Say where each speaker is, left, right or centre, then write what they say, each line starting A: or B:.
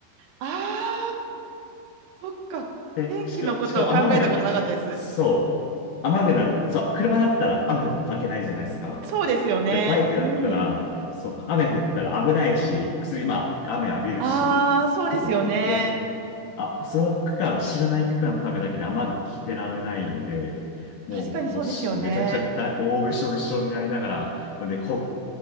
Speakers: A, on the right; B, on the left.
A: あー、そっか。
B: で、
A: 天気のことを考えたことなかったです。
B: しか、しかも雨具なんてき、そう。雨具なんて、さ、車だったら雨降っても関係ないじゃないですか。
A: そうですよね。
B: でもバイクだったら、
A: うん。
B: そう、雨降ったら危ないし、普通にまあ、雨浴びるし、
A: あー、そうですよね。
B: 結構、で、あ、その区間、知らない区間のためだけで雨具着てられないんで、もう、
A: 確かにそうですよね。
B: もうしめちゃくちゃ大大びしょびしょになりながら、で、こう、